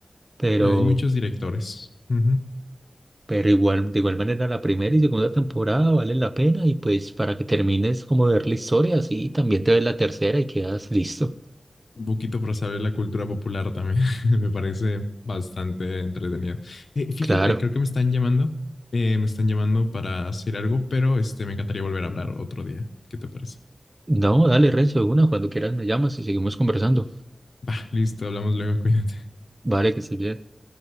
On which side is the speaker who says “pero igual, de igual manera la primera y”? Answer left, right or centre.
Right